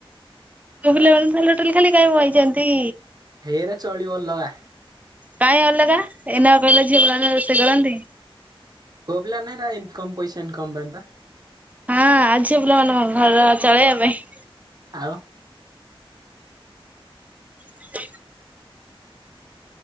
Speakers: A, on the right; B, on the right.
A: ପୁଅ ପିଲା ମାନେ ତାହାଲେ ହୋଟେଲ୍ ଖୋଲି କାଇଁ ବଇଚନ୍ତି?
B: ହେଇରା ଚଳିବ ଅଲଗା।
A: କାଇଁ ଅଲଗା, ଏଇନା ବା କହିଲ ଝିଅ ପିଲାମାନେ ରୋଷେଇ କରନ୍ତି।
B: ପୁଅ ପିଲା ମାନେ ହେରା ଇନକମ୍ ପଇସା ଇନକମ୍ ପାଇଁ ବା।
A: ହଁ ଆଉ ଝିଅ ପିଲାମାନେ ଘର ଚଳେଇବା ପାଇଁ।
B: ଆଉ
A: <inaudible>